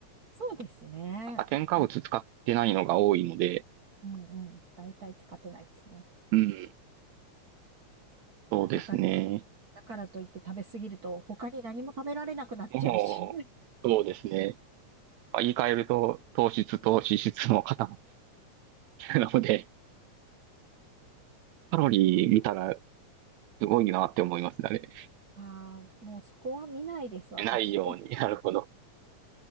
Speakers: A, on the right; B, on the right.
A: そうですね。
B: なんか添加物使ってないのが多いので、
A: お、うんうんうん。大体使ってないですね。
B: うん、
A: まあ、
B: そうですね。
A: だから、だからといって食べ過ぎると他に何も食べられなくなっちゃうし。
B: もう、
A: <laughs>
B: そうですね。言い換えると、糖質と脂質の塊 <laughs> なので、カロリー見たら
A: いや、
B: すごいなって思いますね、あれ。
A: あー、もうそこは見ないです、私。
B: ないように。
A: <laughs>
B: <laughs> なるほど。